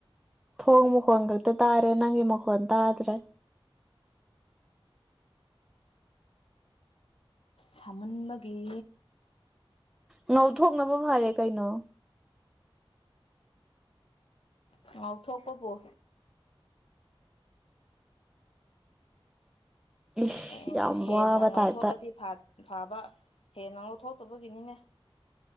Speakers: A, in the centre; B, on the left.
A: ꯊꯣꯡ ꯃꯈꯣꯟꯜ ꯈꯛꯇ ꯇꯥꯔꯦ ꯅꯪꯒꯤ ꯃꯈꯣꯟ ꯇꯥꯗ꯭ꯔꯦ
B: ꯁꯥꯃꯟꯕꯒꯤ
A: ꯉꯧꯊꯣꯛꯅꯕ ꯐꯔꯦ ꯀꯩꯅꯣ
B: ꯑꯥ ꯉꯧꯊꯣꯛꯄꯣꯕꯨꯣ
A: ꯏꯁ
B: ꯑꯦ
A: ꯌꯥꯝ
B: ꯍꯦꯟꯅ
A: ꯋꯥꯕ
B: ꯉꯧꯊꯣꯛꯑꯗꯤ
A: ꯇꯥꯏꯞꯇ
B: ꯐꯠ ꯊꯥꯕ ꯍꯦꯟꯅ ꯉ ꯂꯧꯊꯣꯛꯇꯕꯒꯤꯅꯤꯅꯦ